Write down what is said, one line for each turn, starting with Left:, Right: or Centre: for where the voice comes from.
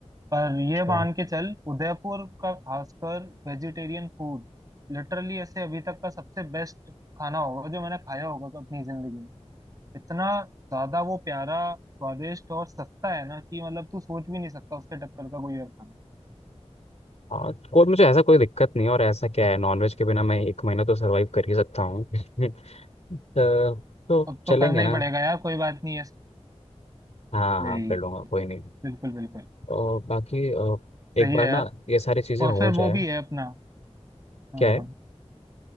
Right: पर ये
Left: अच्छा
Right: मान के चल उदयपुर का खासकर वेजिटेरियन फूड लिटरली ऐसे अभी तक का सबसे बेस्ट खाना होगा जो मैंने खाया होगा अपनी जिंदगी में इतना ज्यादा वो प्यारा स्वादिष्ट और सस्ता है ना कि मतलब तू सोच भी नहीं सकता उसके टक्कर का कोई और खाना
Left: हाँ कोई मुझे ऐसा कोई दिक्कत नहीं है और ऐसा क्या है नॉनवेज के बिना मैं एक महीना तो सरवाइव कर ही सकता हूँ <laughs> तो, तो
Right: अब तो
Left: चलेंगे
Right: करना ही
Left: ना
Right: पड़ेगा यार कोई बात नहीं है
Left: हाँ
Right: वही
Left: हाँ कर लूँगा कोई नहीं
Right: बिल्कुल बिल्कुल
Left: और बाकी अ, एक
Right: सही
Left: बार
Right: है यार
Left: ना ये सारी चीज़ें
Right: और
Left: हो
Right: फिर
Left: जाए
Right: वो भी है अपना हाँ
Left: क्या है
Right: हाँ